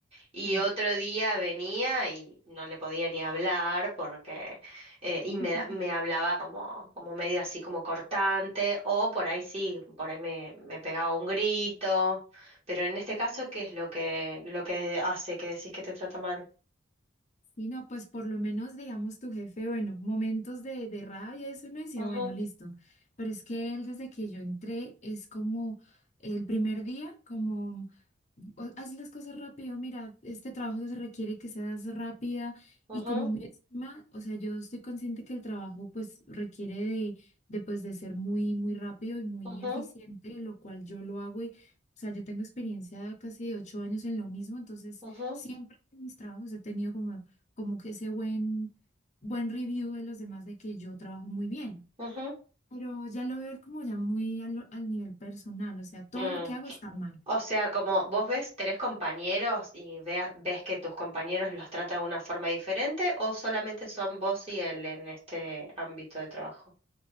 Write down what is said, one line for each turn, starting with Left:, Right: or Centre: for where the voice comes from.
Right: Y
Left: sí.
Right: otro día venía y no le podía ni hablar porque eh, y me,
Left: <laughs>
Right: da- me hablaba como, como medio así como cortante, o por ahí sí, por ahí me, me pegaba un grito, pero en este caso, ¿qué es lo que, lo que hace que decís que te trata mal?
Left: Y no, pues por lo menos, digamos, tu jefe, bueno, momentos de, de rabia, eso uno decía,
Right: Ujú,
Left: bueno, listo. Pero es que él, desde que yo entré, es como el primer día, como, "O- haz las cosas rápido, mira, este trabajo se requiere que seas rápida
Right: ujú,
Left: y como muy encima, o sea, yo estoy consciente que el trabajo, pues, requiere de, de, pues, de ser muy, muy rápido y muy
Right: ujú,
Left: eficiente, lo cual yo lo hago y, o sea, yo tengo experiencia casi de ocho años en lo mismo, entonces
Right: ujú,
Left: siempre en mis trabajos he tenido como como que ese buen, buen review de los demás de que yo trabajo muy bien.
Right: ujú.
Left: Pero ya lo veo como ya muy al, al nivel personal, o sea, todo
Right: Mm.
Left: lo que hago está mal.
Right: O sea, como vos ves, tenés compañeros y veas, ves que tus compañeros los tratan de una forma diferente o solamente son vos y él en este ámbito de trabajo.